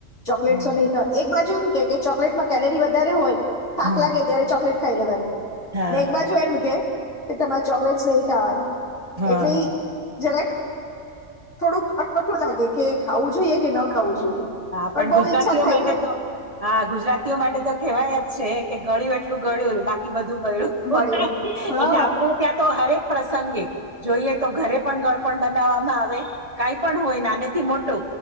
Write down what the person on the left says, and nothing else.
ચોકલેટો
નહીં ખા એક બાજુ એવ કે કે ચોકલેટમાં કેલરી વધારે હોય થાક
લાગે ત્યારે ચોકલેટ ખાઈ લેવાની
ને એક
બાજુ એમ કે તમારે ચોકલેટસ નહી ખાવાની
એટલે
જરાક થોડુંક અટપટું લાગે કે ખાવું જોઈએ કે ન ખાવું જોઈએ
બહુ
ઈચ્છા થાય
મળ્યું
હા